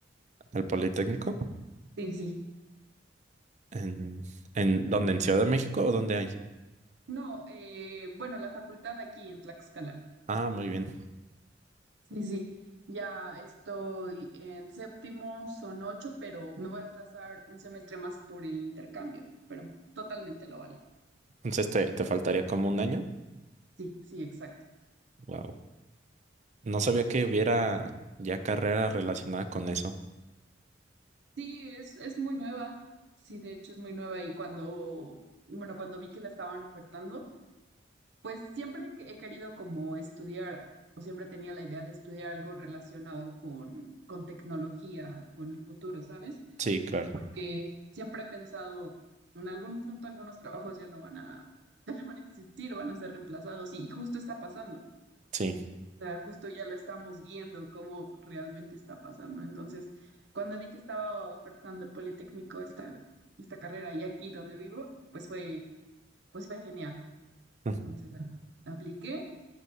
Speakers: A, on the right; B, on the right.
A: el Politécnico.
B: Sí, sí.
A: ¿En, en dónde? ¿En Ciudad de México o dónde hay?
B: No, eh, bueno, la facultad aquí en Tlaxcala.
A: Ah, muy bien.
B: Sí, sí. Ya estoy en séptimo, son ocho, pero me voy a atrasar un semestre más por el intercambio, pero totalmente lo vale.
A: Entonces te, te faltaría como un año.
B: Sí, sí, exacto.
A: Wow. No sabía que
B: Sí,
A: hubiera ya carrera relacionada con eso.
B: sí, es, es muy nueva. Sí, de hecho es muy nueva y cuando, bueno, cuando vi que la estaban ofertando, Pues siempre que he querido como estudiar, o siempre tenía la idea de estudiar algo relacionado con, con tecnología, con el futuro, ¿sabes?
A: Sí, claro.
B: Que siempre he pensado, en algún punto algunos trabajos ya no van a, <laughs> ya no van a existir, van a ser reemplazados, y, y justo está pasando.
A: Sí.
B: O sea, justo ya lo estamos viendo cómo realmente está pasando. Entonces, cuando vi que estaba ofertando el Politécnico esta, esta carrera y aquí donde vivo, pues fue, pues fue genial.
A: <laughs>
B: Entonces, a- apliqué.